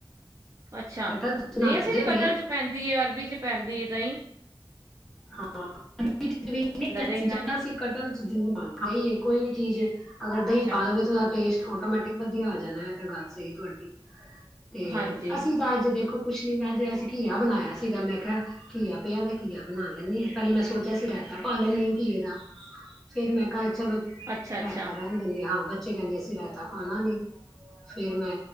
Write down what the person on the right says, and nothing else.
ਅੱਛਾ
ਨਹੀਂ ਅਸੀਂ ਵੀ
ਕਟਲ
ਚ ਪੈਂਦੀ ਹੈ ਅਰਬੀ ਚ ਪੈਂਦੀ ਹੈ। ਨਹੀ,
ਦਹੀਂ ਨਾਲ ਨਾ
ਅੱਛਾ
ਹਾਂਜੀ
ਅੱਛਾ-ਅੱਛਾ